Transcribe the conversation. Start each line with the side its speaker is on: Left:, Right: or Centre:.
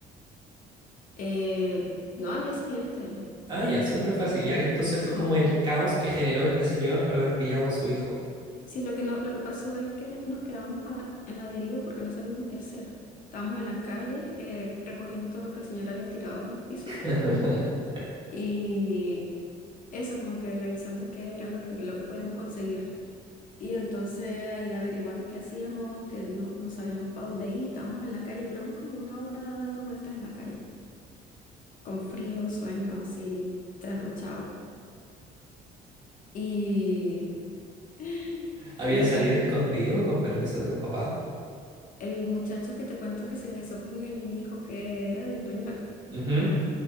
Left: Eh, no, al día siguiente.
Right: Ah, ya, siempre fue así. Ya que entonces fue
Left: Sí.
Right: como el caos que generó este señor por haber pillado a su hijo.
Left: Sí, lo que no, lo que pasó es que nos quedamos a- en la deriva porque no sabíamos qué hacer. Estábamos en la calle eh, recogiendo todo lo que el señor había tirado del piso
Right: <laughs>
Left: y eso, como que revisando qué era lo que, lo que podíamos conseguir. Y entonces ahí averiguando qué hacíamos, que no, no sabíamos para dónde ir, estábamos en la calle, duramos como una hora dando vueltas en la calle, con frío, sueño, así, trasnochado. Y, <gasps>
Right: ¿Habían
Left: y hasta
Right: salido escondidos con permiso de los papás?
Left: El muchacho que te cuento que se besó con el hijo que era del dueño de la
Right: Ujú.